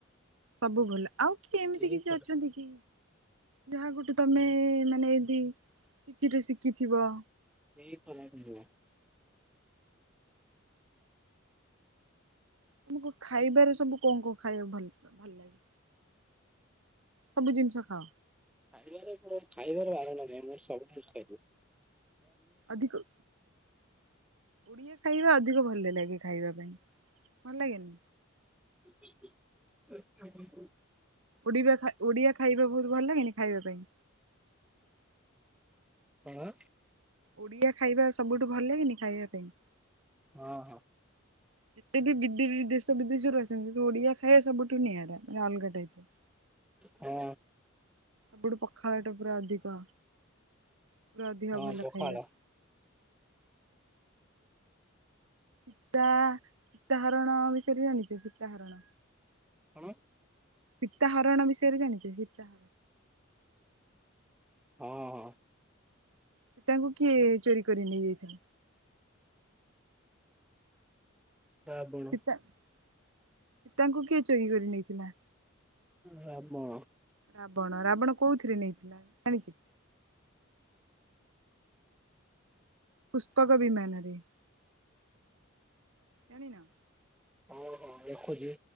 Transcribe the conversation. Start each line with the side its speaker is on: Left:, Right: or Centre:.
Right: ସବୁ ଭଲ ଆଉ କିଏ ଏମିତି
Centre: କେହି
Right: କିଛି
Centre: ଖରାପ
Right: ଅଛନ୍ତି କି? ଯାହାଙ୍କ ଟୁ ତମେ ମାନେ ଏଦି କିଚିଟା ଶିଖିଥିବ?
Centre: <unintelligible>
Right: ତମକୁ ଖାଇବାରେ ସବୁ କଣ କଣ ଖାଇବାକୁ ଭଲ ଭଲ ଲାଗେ? ସବୁ ଜିନିଷ ଖାଅ?
Centre: ଖାଇବାରେ ଖାଇବବେରେ ବାରଣ ନହିଁ ମୋର ସବୁ କିଛି ଖାଇଦୀଏ।
Right: ଅଧିକ ଓଡ଼ିଆ ଖାଇବା ଅଧିକ ଭଲ ଲାଗେ ଖାଇବା ପାଇଁ। ଭଲ ଲାଗେନି?
Centre: <unintelligible>
Right: ଉଡିବା ଖା ଓଡିଆ ଖାଇବା ବହୁତ ଭଲ ଲାଗେନି ଖାଇବା ପାଇଁ?
Centre: କଣ?
Right: ଓଡ଼ିଆ ଖାଇବା ସବୁଠୁ ଭଲ ଲାଗେନି ଖାଇବା ପାଇଁ?
Centre: ହଁ ହଁ।
Right: ଯେତେ ବିଦୀ ବିଦେଶ ଦେଶ ବିଦେଶରୁ ଅଛନ୍ତି ଓଡିଆ ଖାଇବା ସବୁଠୁ ନିଆରା ମାନେ ଅଲଗା ଟାଇପ।
Centre: ହଁ।
Right: ସବୁଠୁ ପଖାଳ ଟା ପୁରା ଅଧିକ ପୁରା ଅଧିକ
Centre: ହଁ
Right: ଭଲ
Centre: ପଖାଳ
Right: ଖାଇବା। ସୀତା ସୀତାହରଣ ବିଷୟରେ ଜାଣିଚ ସୀତା ହରଣ?
Centre: କଣ?
Right: ସୀତାହରଣ ବିଷୟରେ ଜାଣିଚ? ସୀତା
Centre: ହଁ ହଁ।
Right: ସୀତା ଙ୍କୁ କିଏ ଚୋରି କରି ନେଇଯାଇଥିଲା?
Centre: ଶ୍ରାବଣ
Right: ସୀତା ସୀତାଙ୍କୁ କିଏ ଚୋରି କରି ନେଇଥିଲା?
Centre: ରାବଣ।
Right: ରାବଣ, ରାବଣ କୋଉଥିରେ ନେଇଥିଲା ଜାଣିଚ? ପୁସ୍ତକ ବିମାନ ରେ। ଜାଣିନ?
Centre: ହଁ ହଁ ଲେଖୁଚି।